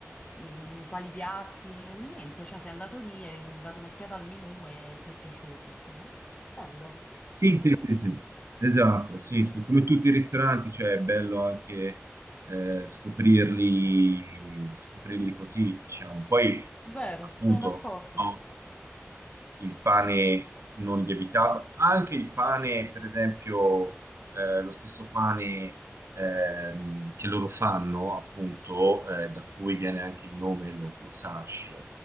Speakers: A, on the left; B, on the right.
A: mh, quali piatti, eh, niente, cioè sei andato lì, hai dato un'occhiata al menù e ti è piaciuto, insomma. Bello,
B: Sì, sì, sì, sì, esatto, sì, sì, come tutti i ristoranti, cioè è bello anche eh, scoprirli, scoprirli così, diciamo. Poi,
A: vero,
B: appunto,
A: sono d'accordo.
B: no il pane non lievitato, anche il pane, per esempio, eh, lo stesso pane ehm, che loro fanno, appunto, eh, da cui viene anche il nome, lo, lo sash,